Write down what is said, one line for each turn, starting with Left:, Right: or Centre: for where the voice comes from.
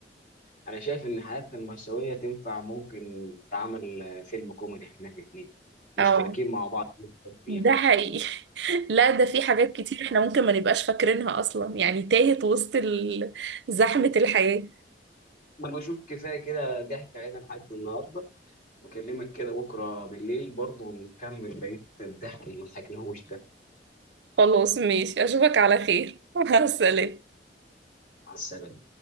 Left: انا شايف ان حياتنا المأساوية تنفع ممكن تتعمل آه، فيلم كوميدي احنا الاثنين مشتركين
Right: اه
Left: مع بعض جداً فيها
Right: ده حقيقي <laughs> لا ده في حاجات كتير احنا ممكن ما نبقاش فاكرينها اصلا يعني تاهت وسط ال- زحمة الحياة
Left: انا بشوف كفاية كده ضحك علينا لحد النهاردة واكلمك كده بكرة بالليل برضه ونكمل بقية الضحك اللي ما ضحكناهوش ده
Right: خلاص ماشي اشوفك على خير <laughs> مع السلامة
Left: على السلامة